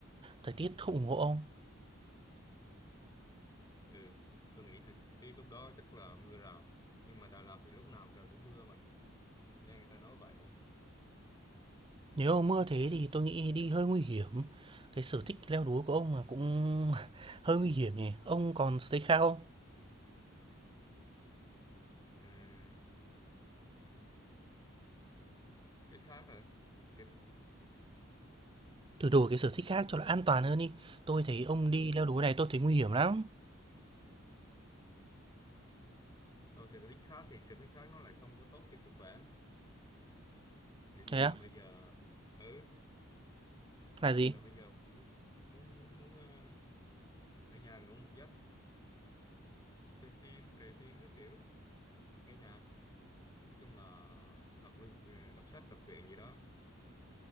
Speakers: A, on the right (about 25°); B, on the left (about 20°).
A: thời tiết không ủng hộ không?
B: Ừ, tôi nghĩ thời tiết lúc đó chắc là mưa rào. Nhưng mà Đà Lạt thì lúc nào trời cũng mưa mà. Nghe người ta nói vậy.
A: Nếu mà mưa thế thì tôi nghĩ đi hơi nguy hiểm. Cái sở thích leo núi của ông là cũng <laughs> hơi nguy hiểm nhỉ. Ông còn sở thích khác không?
B: Ừm, cái khác hả? Cái, th-
A: Thử đổi cái sở thích khác cho nó an toàn hơn đi. Tôi thấy ông
B: ừ,
A: đi leo núi này tôi thấy nguy hiểm lắm.
B: tôi sở thích khác thì sở thích khác nó lại không có tốt cho sức khỏe. Kiểu như
A: Thế
B: là
A: á?
B: bây giờ... Ừ,
A: Là
B: kiểu
A: gì?
B: như là bây giờ muốn muốn muốn, muốn ờ, ở nhà ngủ một giấc, xem phim, cày phim cái kiểu, nghe nhạc. Nói chung là hoặc là ờ, đọc sách, đọc truyện gì đó.